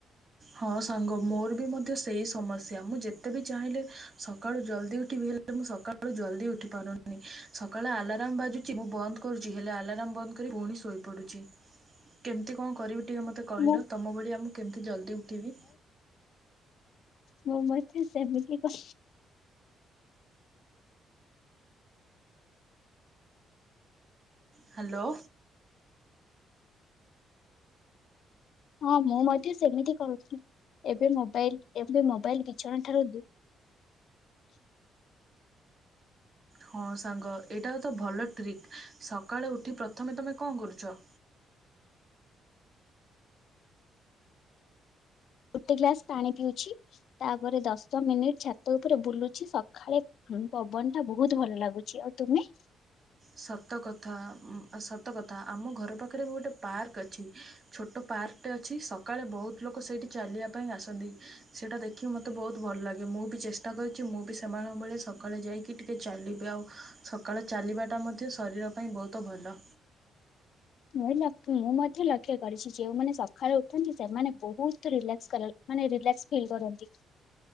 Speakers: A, on the right; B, on the left.
A: ହଁ ସାଙ୍ଗ ମୋର ବି ମଧ୍ୟ ସେଇ ସମସ୍ୟା ମୁଁ ଯେତେବି ଚାହିଁଲେ ସକାଳୁ ଜଲ୍ଦି ଉଠିବି ହେଲେ ମୁଁ ସକାଳୁ ଜଲ୍ଦି ଉଠି ପାରୁନି ସକାଳୁ ଆଲାର୍ମ ବାଜୁଛି ମୁଁ ବନ୍ଦ କରୁଛି ହେଲେ ଆଲାର୍ମ ବନ୍ଦ କରି ପୁଣି ଶୋଇପଡ଼ୁଛି କେମିତି କଣ କରିବି ଟିକେ ମତେ କହିଲ
B: ମୁଁ
A: ତମ ଭଳି ଆମକୁ କେମିତି ଜଲଦି ଟିଭିି
B: ମୋ ମତେ ସେମିତି କ
A: ହାଲୋ
B: ହଁ ମୁଁ ମଧ୍ୟ ସେମିତି କରୁଛିି ଏବେ ମୋବାଇଲ ଏବେ ମୋବାଇଲ ବିଛଣା ଠାରୁ ଦୁ
A: ହଁ ସାଙ୍ଗ ଏଇଟା ହ ତ ଭଲ ଟ୍ରିକ୍ ସକାଳେୁ ଉଠି ପ୍ରଥମେ ତମେ କଣ କରୁଛ।
B: ଗୋଟେ ଗ୍ଲାସ ପାଣି ପିଉଛି ତାପରେ ଦଶ ମିନିଟ ଛାତ ଉପରେ ବୁଲୁଛି ସକାଳେ ପବନ ଟା ବହୁତ ଭଲ ଲାଗୁଛି ଆଉ ତମେ
A: ସତକଥା ସତକଥା ଆମ ଘର ପାଖରେ ଗୋଟେ ପାର୍କ ଅଛି ଛୋଟ ପାର୍କଟେ ଅଛି ସକାଳେ ବହୁତ ଲୋକ ସେଇଠି ଚାଲିବା ପାଇଁ ଆସନ୍ତି ସେଇଟା ଦେଖିକି ମୋତେ ବହୁତ ଭଲ ଲାଗେ ମୁଁ ବି ଚେଷ୍ଟା କରିଛି ମୁଁ ବି ସେମାନଙ୍କ ବଳେ ସକାଳେ ଯାଇକି ଟିକେ ଚାଲିବି ଆଉ ସକାଳେ ଚାଲିବାଟା ମୋତେ ତ ଶରୀର ପାଇଁ ବହୁତ ଭଲ
B: ମୁ ମୁଁ ମଧ୍ୟ ଲକ୍ଷ୍ୟ କରିଛି ଯେୋଉମାନେ ସକାଳେୁ ଉଠନ୍ତି ସେମାନେ ବହୁତିଲାକ୍ ମାନ ରିଲାକ୍ ଫିଲ୍ କରନ୍ତି।